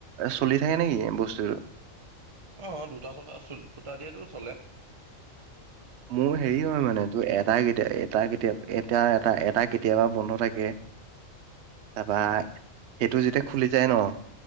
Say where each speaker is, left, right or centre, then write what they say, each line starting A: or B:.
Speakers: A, on the right; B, on the right.
A: চলি থাকে নেকি বস্তুটো।
B: অঁ দুটা চকা ফুটা দিয়েটো চলে।
A: মোৰ হেৰি হয় মানে তোৰ এটা কেতিয়া এটা কেতিয়া এটা এটা এটা কেতিয়াবা বন্ধ থাকে। তাৰাপা সেইটো যেতিয়া খুলি যায় ন,